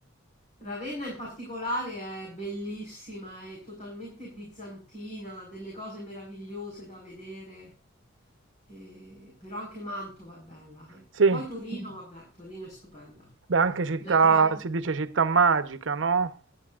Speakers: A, on the left; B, on the right.
A: Ravenna in particolare è bellissima, è totalmente bizantina, ha delle cose meravigliose da vedere, E- però anche Mantova è bella. eh.
B: sì,
A: Poi Torino, <laughs> vabbè, Torino è stupenda.
B: beh, anche città,
A: La trovo,
B: si dice città magica, no?